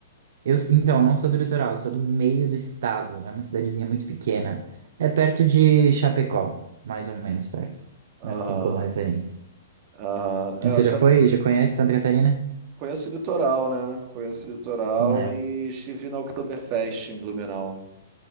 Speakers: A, on the right (about 55°); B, on the right (about 40°).
A: Eu, s- então, eu não sou do litoral, eu sou do meio do estado. É uma cidadezinha muito pequena. É perto de Chapecó, mais ou menos perto.
B: Aham,
A: Assim como referência.
B: aham. É,
A: Você
B: eu já
A: já foi? Já conhece Santa Catarina?
B: conheço o litoral, né? Conheço o litoral
A: É.
B: e estive na Oktoberfest em Blumenau.